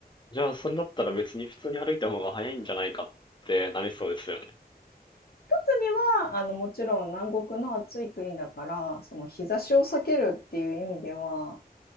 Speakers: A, on the left; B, on the left.
A: じゃあ、それだったら別に普通に歩いた方が早いんじゃないかってなりそうですよね。
B: つには、あの、もちろん南国の暑い国だから、その日差しを避けるっていう意味では、